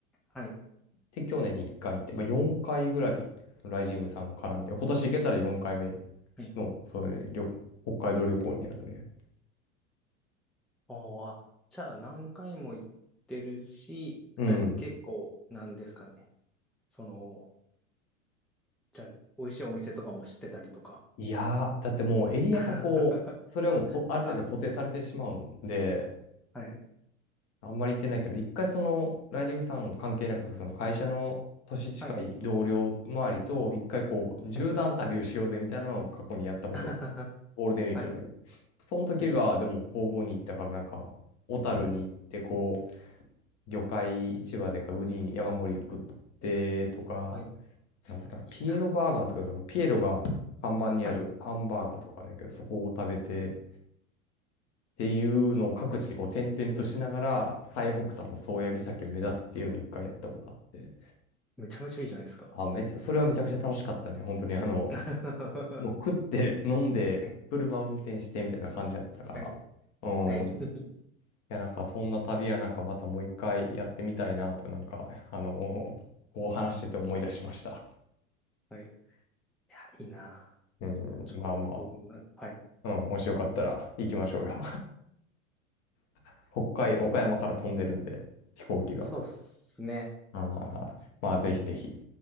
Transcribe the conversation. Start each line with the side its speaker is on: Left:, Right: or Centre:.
Centre: はい。
Left: で、去年1回行って、まあ、4回ぐらい、ライジングさんから見て、今年行けたら4回目
Centre: はい。
Left: の、そういうね、旅、北海道旅行になるね。
Centre: おー、あ、じゃあ何回も行ってるし、
Left: うん。
Centre: あれですね、結構、なんですかね。その、じゃあ、美味しいお店とかも知ってたりとか。
Left: いやー、だってもうエリアがこう、
Centre: <laughs>
Left: それはもうこ、
Centre: あ、
Left: ある程度固定されてしまうんで、
Centre: そっか。はい。
Left: あんまり行ってないけど、一回その、ライジングさん関係なく、その会社の年近い同僚周りと、
Centre: はい。
Left: 一回こう、縦断旅をしようぜみたいなのを過去にやったことが、
Centre: はい。<laughs>
Left: ゴールデンウィークくらい。
Centre: はい。
Left: その時は、
Centre: はい。
Left: でも、工房に行ったから、なんか、小樽に行って、こう、魚介市場でかウニ山盛り食ってとか、
Centre: はい。
Left: なんだかな、
Centre: いいな。
Left: ピエロバーガーとか、そのピエロが看板にあるハンバーガーとかあるんやけど、
Centre: はい。
Left: そこを食べて、っていうのを各地でこう点々としながら、最北端の宗谷岬を目指すっていうのを一回やったことあって、
Centre: めちゃめちゃいいじゃないですか。
Left: あ、めっちゃ、それはめちゃくちゃ楽しかったね。本当にあの、
Centre: <laughs> は
Left: もう食って飲んで、
Centre: い。
Left: 車運転してみたいな感じだったから、
Centre: はい。
Left: うん。
Centre: はい。<laughs>
Left: や、なんかそんな旅はなんかまたもう一回やってみたいなと、なんか、あの <laughs> こう話してて思い出しました。
Centre: はい。いや、いいな。
Left: <laughs> うん、
Centre: ちょっと僕もな、
Left: まあま
Centre: はい。
Left: あ、うん、もしよかったら行きましょうよ。<laughs> 北海、岡山から飛んでるんで、飛行機が。
Centre: そうっすね。
Left: ああまあ、ぜひぜひ。